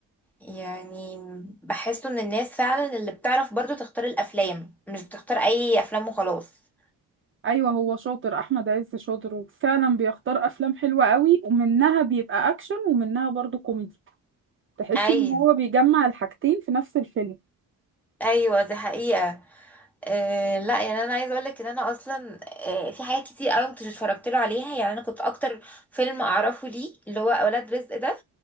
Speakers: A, in the centre; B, on the right.
A: يعني بحسه من الناس فعلا اللي بتعرف برضو تختار الافلام مش بتختار اي افلام وخلاص
B: ايوه هو شاطر احمد عز شاطر وفعلا بيختار افلام حلوه قوي ومنها بيبقى اكشن ومنها برضو كوميدي تحسي
A: ايوه
B: ان هو بيجمع الحاجتين في نفس الفيلم
A: ايوه دي حقيقة أه لا يعني انا عايزه اقول لك ان انا اصلا أه في حاجات كتير قوي كنت اتفرجت له عليها يعني انا كنت اكتر فيلم اعرفه ليه اللي هو اولاد رزق ده